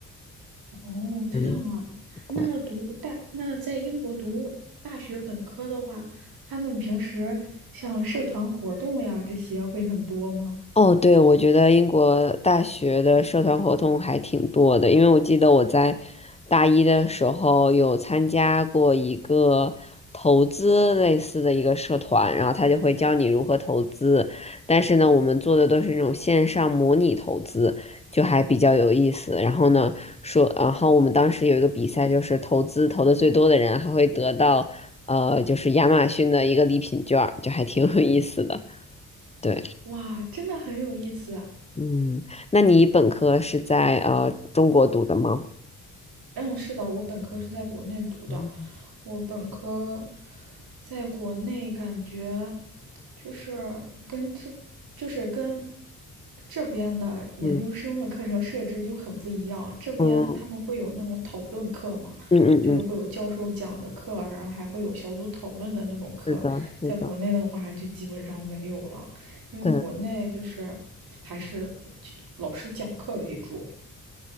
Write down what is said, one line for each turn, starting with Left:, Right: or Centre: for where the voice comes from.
Right: 哦，这样啊。
Left: 嗯，
Right: 那读大，
Left: 对。
Right: 那在英国读大学本科的话，他们平时像社团活动呀这些会很多吗？
Left: 哦，对，我觉得英国大学的社团活动还挺多的，因为我记得我在大一的时候有参加过一个投资类似的一个社团，然后他就会教你如何投资，但是呢，我们做的都是那种线上模拟投资，就还比较有意思。然后呢，说，然后我们当时有一个比赛，就是投资投的最多的人还会得到，呃，就是亚马逊的一个礼品券儿，就还挺有意思的。对。
Right: 哇，真的很有意思。
Left: 嗯，那你本科是在呃中国读的吗？
Right: 嗯，是的，我本科是在国内读的，
Left: 嗯
Right: 我本科在国内感觉就是跟这，就是跟这边的研究生的课程设置就很不一样。
Left: 嗯
Right: 这边他们会有那种讨论课嘛，
Left: 嗯嗯嗯嗯，
Right: 就是会有教授讲的课啊，然后还会有小组讨论的那种课。
Left: 是的，是的，
Right: 在国内的话，就基本上没有了，因为国内就是
Left: 对
Right: 还是老师讲课为主。